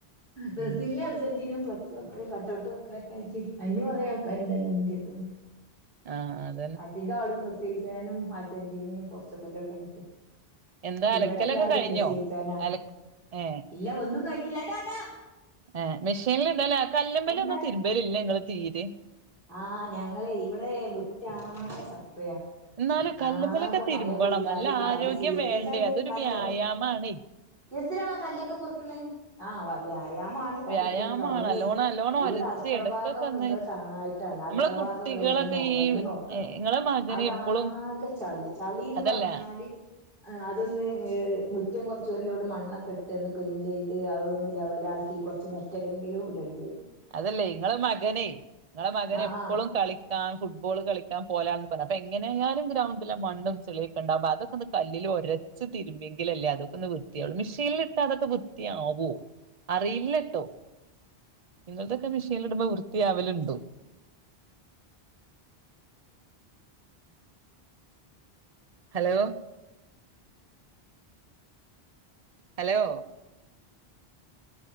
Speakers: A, on the right; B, on the right.
A: ബ്രസീല്
B: ഉം
A: - അർജന്റീനയും ഫ്ലക്സ് വക്കും കട്ട്ഔട്ട് വെക്കലൊക്കെ ആയിട്ട് അയ്ന് കൊറേ ആൾക്കാരുണ്ടല്ലോ ഇന്ത്യക്ക് -
B: ആഹ് അതെ
A: അധികം ആളും ബ്രസീൽ ഫാനും അർജന്റീനയും പോർച്ചുഗലും ഒക്കെ ആയിട്ട്
B: എന്താ അലക്കലൊക്കെ
A: ഇവിടെ എല്ലാരും
B: കഴിഞ്ഞോ
A: ബ്രസീൽ ഫാനാണ്
B: അല ഏ
A: ഇല്ല ഒന്നും കഴിഞ്ഞില്ലാ ടാടാ
B: ആഹ് മെഷീനിലിടലാ കല്ല്മ്മേല്
A: എന്താണ്
B: ഒന്നും തിരുമ്പലില്ലേ നിങ്ങള് തീരെ
A: ആഹ് ഞങ്ങള് ഇവിടെ മുറ്റാകെ ചപ്രിയ-
B: എന്നാലും കല്ലുമ്മലൊക്കെ
A: ആകെ
B: തിരുമ്പണം
A: മഴ പെയ്താല്
B: നല്ല
A: കല്
B: ആരോഗ്യം
A: ചീയ്യും
B: വേണ്ടേ
A: എന്താണ്
B: അതൊരു
A: കല്ലോ?
B: വ്യായാമാണേ
A: എന്തിനാണാ കല്ലൊക്കെ പൊറക്കുന്നത് ആ വ്യായാമാണ് <unintelligible>
B: വ്യായാമാണ് നല്ലോണം നല്ലോണം
A: ഇവിടെ
B: ഒരച്ച്
A: അടുക്കള
B: എടക്കൊക്കെ
A: ഭാഗം
B: ഒന്ന്
A: നിങ്ങൾ കാണാഞ്ഞിട്ടാണ് അടുക്കള
B: നമ്മളെ കുട്ടികളൊക്കെ
A: ഭാഗ ടെ വന്ന്
B: ഈ
A: വന്ന് നോക്കണം
B: ഇങ്ങളെ മകന്
A: അവിടെ
B: എപ്പളും
A: ആകെ ചളി ചളിന്ന്
B: അതല്ല
A: പറഞ്ഞാല് അതൊന്ന്് മുറ്റം കൊറച്ച് ഒരുലോട് മണ്ണൊക്കെ ഇട്ട് ഒന്ന് ക്ലീൻ ചെയ്ത് അതൊന്ന് ലെവലാക്കി കൊ ച്ച് മെറ്റലെങ്കിലും ഇടണ്ടിയോരും
B: അതല്ലേ ഇങ്ങളെ മകനെ ഇങ്ങളെ മകനെ
A: ആഹ്
B: എപ്പളും
A: ആഹ്
B: കളി ക്കാഫുട്ബോൾ കളിക്കാൻ പോലാണന്ന് പറഞ്ഞ അപ്പൊ എങ്ങനെയാലും ഗ്രൗണ്ടില് മണ്ണും ചളിക്കൊണ്ടാകു അതൊക്കൊന്ന് കല്ലിൽ ഒര ച്ച് തിരുമ്പിയെങ്കിലല്ലേ അതൊക്കൊന്നുവൃത്തിയാവുള്ളു, മിഷീനിലിട്ടാ അതൊക്കെ വൃത്തിയാകോ അറിയില്ലേട്ടോ നിങ്ങളതൊക്കെ മെഷീനിലിടുമ്പോ വൃത്തിയാവലുണ്ടോ ഹലോ ഹലോ